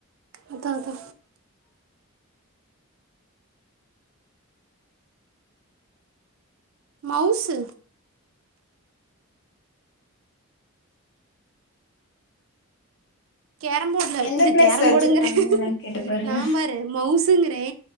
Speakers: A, on the right; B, on the left.
A: அதா அதா மௌசு கேரம் போர்ட்ல
B: எந்த
A: இது
B: பிளேஸ்ல
A: கேரம்
B: வச்சிருப்பாங்கன்னு
A: போர்டுங்கற
B: வேணா கேட்டு பாருங்க
A: நா பாரு மவுசுங்கறே